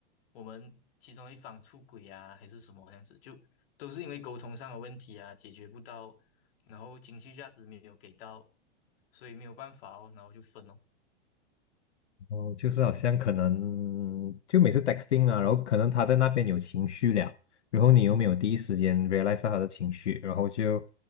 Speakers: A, on the left; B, on the left.
A: 我们其中一方出轨啊，还是什么这样子，就都是因为沟通上的问题啊，解决不到，然后情绪价值没有给到，所以没有办法哦，然后就分哦。
B: 哦，就是好像可能就每次 texting 啊，然后可能他在那边有情绪了，然后你又没有第一时间 realize 到他的情绪，然后就